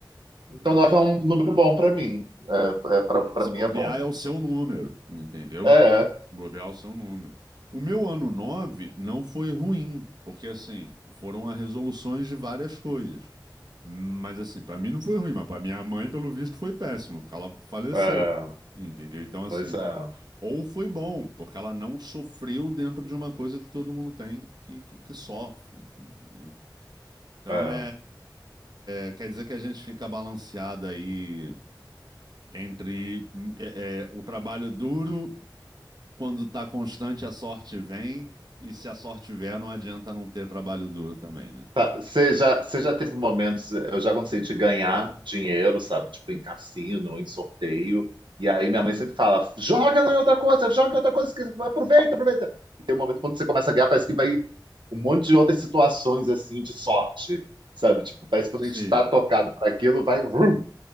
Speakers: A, on the right (about 85°); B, on the right (about 60°).
A: Então
B: E
A: 9 é um número bom para mim. É, é, para
B: Se
A: mim
B: bobear
A: é bom.
B: é o seu número, entendeu?
A: É,
B: Se bobear é o seu número. O meu ano 9 não foi ruim, porque assim, foram as resoluções de várias coisas. Mas assim, pra mim não foi ruim, mas pra minha mãe, pelo visto, foi péssimo, porque ela faleceu.
A: é.
B: Entendeu? Então, assim,
A: Pois é.
B: a- ou foi bom, porque ela não sofreu dentro de uma coisa que todo mundo tem que, que, que sofre, entendeu? Então,
A: É.
B: é, é- é- quer dizer que a gente fica balanceado aí entre hum, é- é, o trabalho duro, quando tá constante, a sorte vem, e se a sorte vier, não adianta não ter trabalho duro também, né?
A: Tá, Você já, você já teve momentos, eu já gostei de ganhar dinheiro, sabe? Tipo, em cassino, em sorteio. E aí minha mãe sempre fala: joga não é outra coisa, joga em outra coisa, que- aproveita, aproveita. E tem um momento quando você começa a ganhar, parece que vai um monte de outras situações assim de sorte, sabe? Tipo, parece que quando
B: Sim.
A: a gente está tocado para aquilo, vai. vrum.